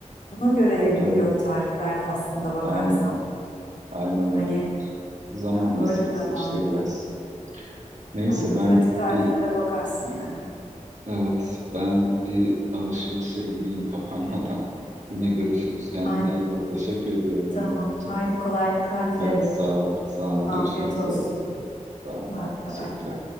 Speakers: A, on the left; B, on the right.
A: Buna göre evriliyor
B: Evet.
A: tariflerde aslında bakarsan.
B: Aynen. Aynen
A: Hani
B: öyle. Zaman
A: böyle
B: meselesi
A: devam
B: işte
A: ediyor.
B: biraz. Neyse
A: Aynen.
B: ben
A: Pratik tariflere
B: bir
A: bakarsın yani.
B: evet ben bir alışverişe gideyim <laughs> kapanmadan. Yine görüşürüz. Kendine
A: Aynen.
B: iyi bak. Teşekkür ediyorum
A: Tamam.
B: önerin için.
A: Haydi kolaylıklar dilerim.
B: Hadi sağ ol. Sağ ol.
A: Afiyet
B: Görüşmek üzere.
A: olsun.
B: Sağ ol.
A: Bay
B: Teşekkürler.
A: bay.